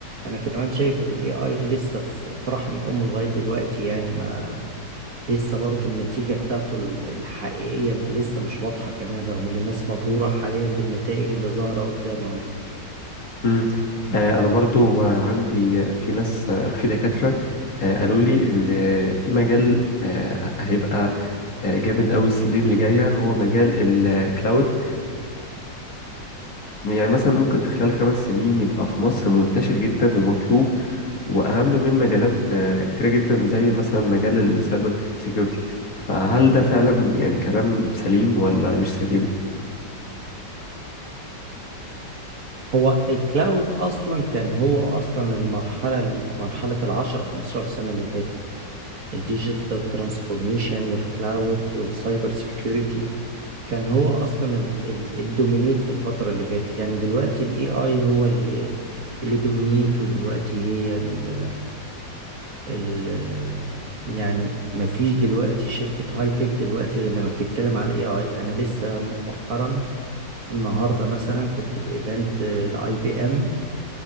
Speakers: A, on the right; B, on the left.
A: أنا كمان شايف إن ال AI لسه في في رحم أمه لغاية دلوقتي يعني ما لسه برضه النتيجة بتاعته ال- الحقيقية لسه مش واضحة كمان رغم إن الناس مبهورة حاليا بالنتائج اللي ظاهرة قدامها دي
B: مم. آه، أنا برضو آه، عندي آه، في ناس آه، في دكاترة آه، قالوا لي إن آه، في مجال آه، هيبقى آه، جامد أوي السنين اللي جاية هو مجال الكلاود يعني مثلا ممكن في خلال خمس سنين يبقى في مصر منتشر جدا ومطلوب وأهم من مجالات آه، كتيرة جدا زي مثلا مجال السايبر سيكيورتي فهل ده فعلا يعني كلام سليم ولا مش سليم؟
A: هو الكلاود اصلا كان هو اصلا المرحله مرحله العشرة 15 سنه اللي فاتت الديجيتال ترانسفورميشن والكلاود والسايبر سيكيورتي كان هو اصلا ال- ال- الدومينيت في الفتره اللي فاتت يعني دلوقتي الاي اي هو اللي اللي دومينيت ودلوقتي هي ال ال يعني ما فيش دلوقتي شركه هاي تك دلوقتي غير لما بتتكلم على الاي اي انا لسه مؤخرا النهارده مثلا كنت في ايفنت لاي بي ام